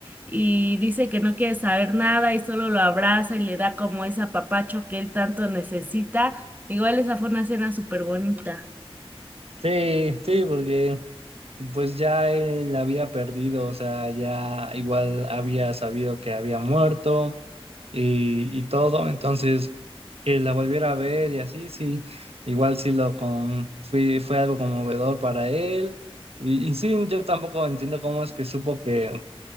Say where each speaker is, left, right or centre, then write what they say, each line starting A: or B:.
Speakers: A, on the right; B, on the right.
A: y dice que no quiere saber nada y solo lo abraza y le da como ese apapacho que él tanto necesita. Igual esa fue una escena súper bonita.
B: Sí, sí, porque pues ya él la había perdido, o sea, ya igual había sabido que había muerto. y, y todo, entonces que la volviera a ver y así, sí, igual sí lo con, fui- fue algo conmovedor para él. Y, y sí, yo tampoco entiendo cómo es que supo que,